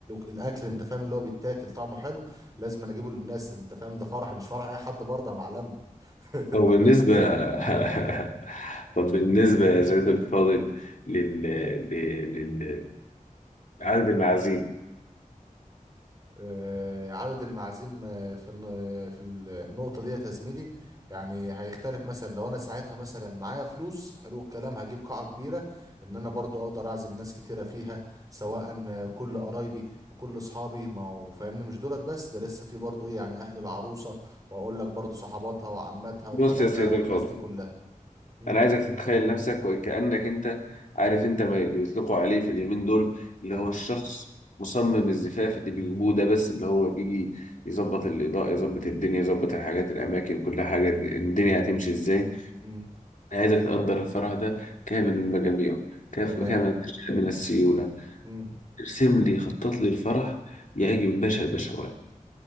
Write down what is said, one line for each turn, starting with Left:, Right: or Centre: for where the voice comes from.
Right: الاكل انت فاهم اللي هو بيتاكل طعمه حلو لازم أنا اجيبه للناس انت فاهم ده فرحي مش فرح اي حد برضه يا معلمه <laughs> انت
Left: طب بالنسبة <laughs> طب بالنسبة يا سيد الفاضل
Right: فاهم
Left: لل... لل... لل... عدد المعازيم
Right: آه، عدد المعازيم آه، في الن- آه، في النقطة دي يا زميلي يعني هيختلف مثلا لو انا ساعتها مثلا معايا فلوس حلو الكلام هجيب قاعة كبيرة ان انا برضو اقدر اعزم ناس كتيرة فيها سواء آه، كل قرايبي كل اصحابي ما هو فاهمني مش دولت بس ده لسه في برضو ايه يعني اهل العروسة واقول لك برضو صحباتها وعماتها وخالاتها
Left: بص يا سيد
Right: والناس
Left: الفاضل
Right: دي كلها امم
Left: انا عايزك تتخيل نفسك وكأنك انت
Right: امم،
Left: عارف انت ما اللي بيطلقوا عليه في اليومين دول اللي
Right: حلو
Left: هو الشخص مصمم الزفاف اللي بيجيبوه ده بس اللي هو بيجي يظبط الإضاءة يظبط الدنيا يظبط الحاجات الأماكن كل حاجة الدنيا هتمشي إزاي
Right: امم
Left: أنا عايزك تقدر الفرح ده كامل من مجاميعه كاف-
Right: تمام
Left: كامل من السيولة
Right: امم
Left: ارسم لي خطط لي الفرح يعجب الباشا البشوات